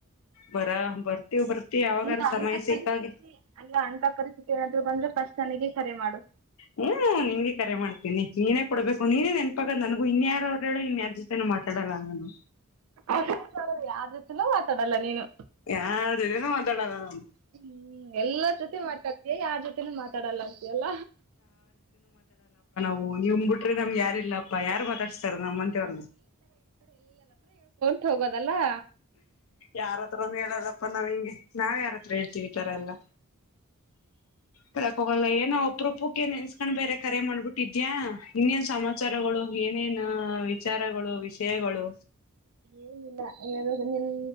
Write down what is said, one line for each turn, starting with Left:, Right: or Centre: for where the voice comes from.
Left: ಬರ ಬರ್ತೀವ್ ಬರ್ತಿವಿ ಯಾವಾಗಾರ
Right: ಅಂತ ಅಂತ
Left: ಸಮಯ ಸಿಕ್ಕಾಗೆ
Right: ಪರಿಸ್ಥಿತಿ ಅಲ್ಲ ಅಂತ ಪರಿಸ್ಥಿತಿ ಏನಾದ್ರು ಬಂದ್ರೆ ಫಸ್ಟ್ ನನಗೆ ಕರೆ ಮಾಡು
Left: ಹ್ಮ್ ನಿನ್ಗೆ ಕರೆ ಮಾಡ್ತೀನಿ ನೀನೇ ಕೊಡ್ಬೇಕು ನೀನೇ ನೆನ್ಪಾಗ ನನಗು ಇನ್ ಯಾರ ಅವ್ರರು ಹೇಳು ಇನ್ಯಾರ್ ಜೊತೆೇನು ಮಾತಾಡಲ್ಲ ನಾನು
Right: ಅದು ಕರೆನೆ ಯಾರ ಜೊತೆನೂ ಮಾತಾಡಲ್ಲ ನೀನು
Left: ಯಾರ್ ಜೊತೆನೂ ಮಾತಾಡಲ್ಲ ನಮ
Right: ಹ್ಮ್ ಎಲ್ಲರ ಜೊತೆ ಮಾತಾಡ್ತೀಯಾ ಯಾರ್ ಜೊತನೂ ಮಾತಾಡಲ್ಲ ಅಂತಿಯಲ್ಲ
Left: ಹ ನಿಮ ಬಿಟ್ರೆ ನಮ್ಗೆ ಯಾರಿಲ್ಲಾಪ್ಪ ಯಾರು ಮಾತಾಡಸಸ್ತಾರ ನಮ್ಮಂತೌರ್ಣ
Right: ಹೋಗೋದಲ್ಲಾ
Left: ಯಾರತ್ರನು ಹೇಳಲ್ಲ ನಾವ್ ಹಿಂಗೆ ನಾವ್ ಯಾರತ್ರ ಹೇಳ್ತಿವಿ ಈ ತರ ಎಲ್ಲಾ ಹೇಳಕ್ ಹೋಗಲ್ಲ ಏನೋ ಅಪ್ರೂಪಕ್ಕೆ ನೆನ್ಸ್ಕೊಂಡ್ ಬೇರೆ ಕರೆ ಮಾಡ್ಬಿಟ್ಟಿದ್ಯಾ ಇನ್ನೇನ್ ಸಮಾಚಾರಗಳು ಏನೇನ್ ವಿಚಾರಗಳು ವಿಷಯಗಳು
Right: ಏನಿಲ್ಲ ಹೇಳುದು ನಿನ್